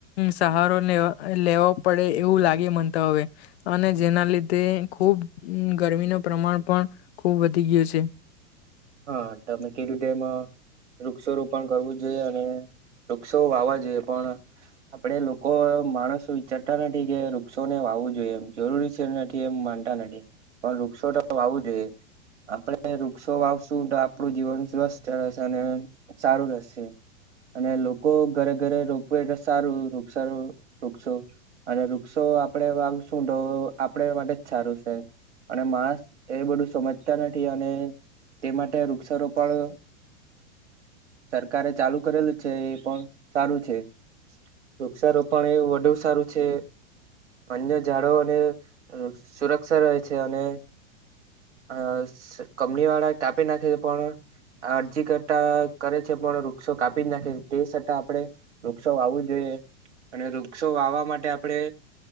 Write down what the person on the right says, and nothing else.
હા તમે કીધું તેમ વૃક્ષો રોપણ કરવું જોઈએ અને વૃક્ષો વાવા જોઈએ પણ આપડે લોકો માણસો વિચારતા નથી કે વૃક્ષો ને વાવું જોઈએ એમ જરૂરી છે નથી એમ તા નથી પણ વૃક્ષો તો વાવું જોઈએ આપણે વૃક્ષો વાવ શુ શું તો આપણું જીવન સ્વસ્થ રહેશે અને સારું રહેશે. અને લોકો ઘરે ઘરે રોપવું એટલે સારું વૃક્ષાર- વૃક્ષો અને વૃક્ષો આપણે વાવીશું તો આપણા માટે જ સારું છે અને માણસ એ બધું સમજતા નથી અને તે માટે વૃક્ષારોપણ સરકારે ચાલુ કરેલું છે એ પણ સારું છે. વૃક્ષારોપણ એવું વધુ સારું છે. અન્ય ઝાડવાં અને સુરક્ષા રહે છે અને આ-સ- કંપનીવાળા કાપી નાખે છે પણ આ અરજી કરતાં કરે છે પણ વૃક્ષો કાપી જ નાખે છે તે છતાં આપણે વૃક્ષો વાવું જોઈએ અને વૃક્ષો વાવવા માટે આપણે